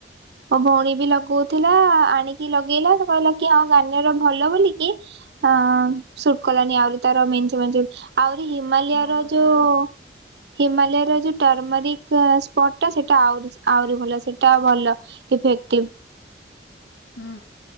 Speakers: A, on the right; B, on the left.
A: ମୋ ଭଉଣୀ ବି ଲଗଉଥିଲା ଆଣିକି ଲଗେଇଲା ତ କହିଲା କି ଆଉ ଗାନିଆଁ ର ଭଲ ବୋଲିକି। ହଁ ସୁଟ୍ କଲାନି ଆହୁରି ତାର ମେନ୍ଞ୍ଚେ ମେଞ୍ଚେ ଆହୁରି ହିମାଳୟ
B: ମୋର
A: ର
B: ବା
A: ଯୋଉ
B: ସେୟା
A: ହିମାଲୟର ଯୋଉ ଟର୍ମରିକ ସ୍ପଟ ଟା ସେଟା ଆହୁରି ଆହୁରି ଭଲ ସେଇଟା ଭଲ। ଇଫେକ୍ଟିଭ।
B: ହୁଁ।